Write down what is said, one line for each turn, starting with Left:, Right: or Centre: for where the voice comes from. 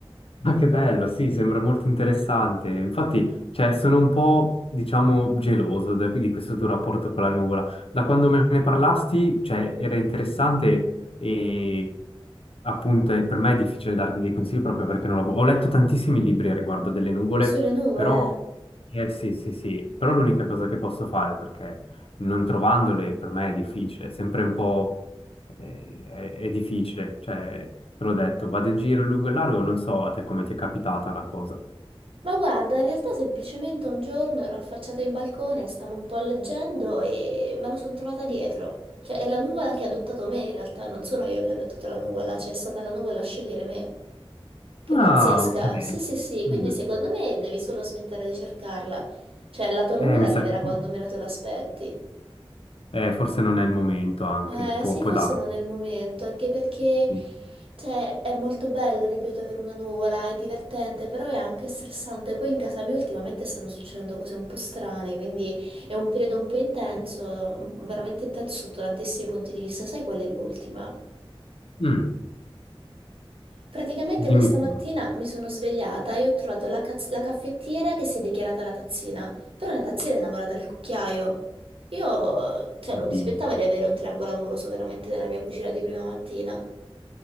Left: Ma che bello, sì, sembra molto interessante. Infatti, cioè, sono un po', diciamo, geloso da- di questo tuo rapporto con la nuvola. Da quando me ne parlasti, cioè, era interessante e appunto eh, per me è difficile darti dei consigli proprio perché non l'avevo- Ho letto tantissimi libri a riguardo delle nuvole,
Right: Sulle nuvole.
Left: però, eh, sì, sì, sì, però l'unica cosa che posso fare perché non trovandole per me è difficile, è sempre un po'. Eh, È, è difficile, cioè, te l'ho detto, vado in giro lungo e largo, non so a te come ti è capitata la cosa.
Right: Ma guarda, in realtà semplicemente un giorno ero affacciata in balcone, stavo un po' leggendo e me la sono trovata dietro. Cioè, è la nuvola che ha adottato me, in realtà, non sono io che ho adottato la nuvola, cioè è stata la nuvola a scegliere me. Che
Left: Ah,
Right: pazzesca!
Left: ok.
Right: Sì, sì, sì, quindi
Left: Mm.
Right: secondo me devi solo smettere di cercarla. Cioè, la tua nuvola
Left: Eh, mi
Right: arriverà
Left: sa che
Right: quando meno te l'aspetti.
Left: eh, forse non è il momento anche,
Right: Eh,
Left: può,
Right: sì,
Left: può
Right: forse
Left: darsi.
Right: non è il momento, anche perché
Left: Sì.
Right: cioè, è molto bello, ripeto, avere una nuvola, è divertente, però è anche stressante. Poi in casa mia ultimamente stanno succedendo cose un po' strane, quindi è un periodo un po' intenso, veramente intenso sotto tantissimi punti di vista. Sai qual è l'ultima?
Left: Mm,
Right: Praticamente
Left: Dimmi
Right: questa
Left: pure.
Right: mattina mi sono svegliata e ho trovato la, caz- la caffettiera che si è dichiarata la tazzina, però la tazzina è innamorata del cucchiaio. Io, cioè,
Left: Oddio.
Right: non mi aspettavo di avere un triangolo amoroso veramente nella mia cucina di prima mattina.